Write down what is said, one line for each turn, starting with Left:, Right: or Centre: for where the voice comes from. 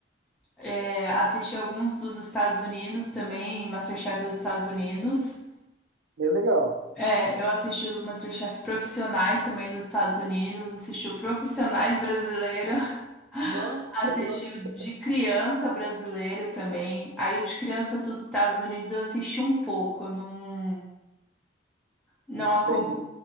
Centre: É, assisti alguns dos Estados Unidos também, MasterChef dos Estados Unidos.
Right: Bem legal.
Centre: É, eu assisti o MasterChef Profissionais também dos Estados Unidos, assisti o Profissionais brasileiro, <laughs>
Right: Nossa,
Centre: assisti
Right: você gostou
Centre: o de criança brasileiro também. Aí o de criança dos Estados Unidos eu assisti um pouco, eu não não
Right: de
Centre: acompanhei.
Right: prender.